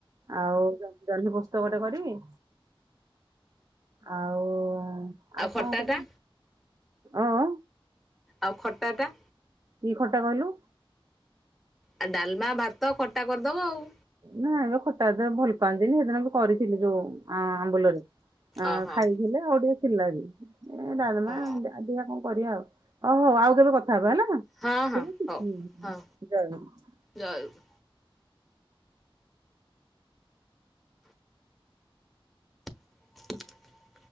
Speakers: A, on the right; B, in the centre.
A: ଆଉ ଜହ୍ନି ପୋସ୍ତକ ଗୋଟେ କରିବି। ଆଉ ଆଉ କଣ
B: ଖଟା
A: କରିନି
B: ଟା
A: ଓ ଓ?
B: ଆଉ ଖଟାଟା?
A: କି ଖଟା କହିଲୁ?
B: ଆଉ ଡାଲମା ଭାତ ଖଟା କରିଦବ ଆଉ।
A: ନା ଏବେ ଖଟା ଏତେ ଭଲ ପାଆନ୍ତିନି ସେଦିନ ବି କରିଥିଲି ଯୋଉ ଅ ଆମ୍ବୁଲରେ ଆ
B: ଓହୋ
A: ଖାଇଥିଲେ ଆଉ ଟିକେ ଥିଲା ବି। ଏ ଡାଲମା
B: ହଁ
A: ଆ ଦେ ଆ କଣ କରିବା ଆଉ ଓ ହଉ ଆଉ କେବେ କଥା ହବା ହେଲା।
B: ହଁ
A: <unintelligible>
B: ହଉ ହଁ ଜୟ ଗୁ <inaudible>